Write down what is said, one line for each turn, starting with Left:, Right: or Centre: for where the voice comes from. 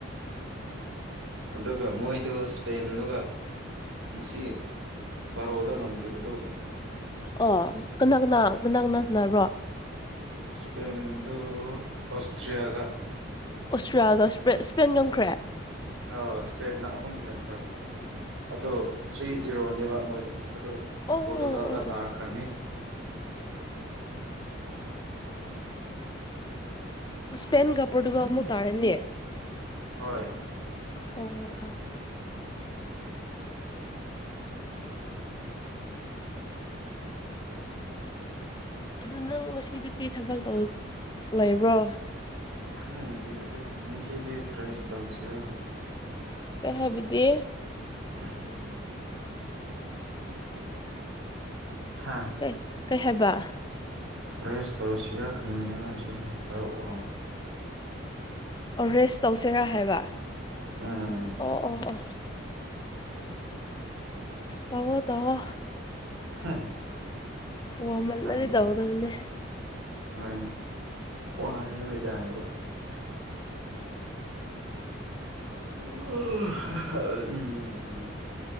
Right: ꯑꯗꯨꯒꯥ ꯃꯣꯏꯗꫭ ꯏꯁꯄꯦꯟꯗꯨꯒ ꯉꯁꯤ ꯕꯥꯔꯣꯗꯥ ꯉꯝꯈꯤꯕꯗꫭ
Left: ꯑꯣ ꯀꯅꯥ ꯀꯅꯥ ꯀꯅꯥ ꯀꯅꯥ ꯁꯥꯟꯅꯕ꯭ꯔꯣ
Right: ꯁꯄꯦꯟꯗꯗꯨ ꯑꯥꯁꯇ꯭ꯔꯌꯥꯒꯥ
Left: ꯑꯣꯁꯇ꯭ꯔꯌꯥꯒ ꯏꯁꯄꯦꯟ ꯏꯄꯦꯟꯅ ꯉꯝꯈ꯭ꯔꯦ
Right: ꯑꯥ ꯏꯁꯄꯦꯟꯅ ꯑꯍꯨꯝ ꯆꯟꯈ꯭ꯔꯕꯅꯤ ꯑꯗꯣ ꯊ꯭ꯔꯤ ꯖꯤꯔꯣꯅꯦꯕ ꯃꯣꯏꯗꯣ ꯑꯗꫭ
Left: ꯑꯣ ꯑꯣ
Right: ꯄꯔꫭꯇꯨꯒꯟꯒꯥ
Left: ꯑꯣ
Right: ꯇꯥꯔꯈ꯭ꯔꯅꯤ
Left: ꯏꯁꯄꯦꯟꯒꯥ ꯄꯔꫭꯇꯗꯨꯒꯟꯒꯥ ꯑꯃꯨꯛ ꯇꯥꯔꯅꯤ
Right: ꯍꯣꯏ
Left: ꯑꯣ ꯑꯣ ꯑꯗꯨ ꯅꯪ ꯉꯁꯤꯒꯤ ꯀꯔꯤ ꯊꯕꯛ ꯇꯧ ꯂꯩꯕ꯭ꯔꯣ
Right: ꯈꯪꯗꯔꯦ ꯉꯁꯤꯁꯤ ꯇ꯭ꯔꯦꯁ ꯇꯧꯁꯤꯔꯥ
Left: ꯑꯩ ꯍꯥꯏꯕꯗꯤ
Right: ꯎꯝ ꯍꯥꯥ
Left: ꯑ° ꯀꯩꯍꯥꯏꯕ
Right: ꯔꯦꯁ ꯇꯧꯁꯤꯔ ꯈꯟꯕꯅꯤꯕꯥ ꯈꯔꯥ ꯋꯥꯕꯥ
Left: ꯑꫭ ꯔꯦꯁ ꯇꯧꯁꯤꯔꯥ ꯍꯥꯏꯕ
Right: ꯑꯥ
Left: ꯑꯣ ꯑꯣ ꯑꯣ ꯇꯧꯋꯣ ꯇꯩꯋꯣ
Right: <unintelligible>
Left: ꯋꯥꯃꯜꯂꯗꯤ
Right: ꯈꯪꯗꯦ
Left: ꯇꯧꯒꯗꯧꯅꯦ
Right: ꯍꯣꯏꯅꯦ ꯈꯋꯥꯡꯁꯤꯁꯨ ꯅꯥꯌ°ꯕ ꯑꯍꯝꯝ ꯍꯝꯝ